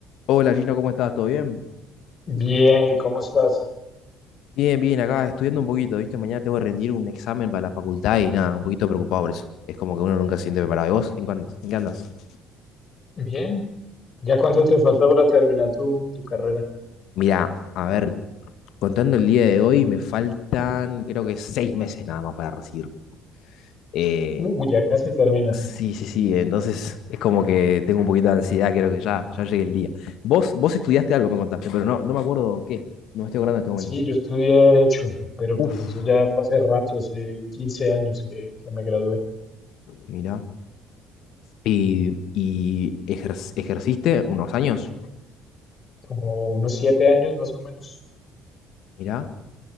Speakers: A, on the left; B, on the left.
A: Hola Gino, ¿cómo estás? ¿Todo bien?
B: Bien, ¿cómo estás?
A: Bien, bien, acá estudiando un poquito, ¿viste? Mañana tengo que rendir un examen para la facultad y nada, un poquito preocupado por eso. Es como que uno nunca se siente preparado. ¿Y vos? ¿En qué andas? ¿En qué andas?
B: Bien. ¿Ya cuánto te falta para terminar tu, tu carrera?
A: Mirá, a ver, contando el día de hoy, me faltan creo que seis meses nada más para recibirme. Eh,
B: Uh, ya casi terminas.
A: sí, sí, sí, entonces es como que tengo un poquito de ansiedad, creo que ya, ya llegue el día. Vos, vos estudiaste algo, me contaste, pero no, no me acuerdo qué. No me estoy acordando en este momento.
B: Sí, yo estudié Derecho, pero
A: Uf,
B: pues eso ya fue hace rato, hace 15 años que, que me gradué.
A: mirá. ¿Y, y ejer- ejerciste unos años?
B: Como unos 7 años más o menos.
A: Mirá.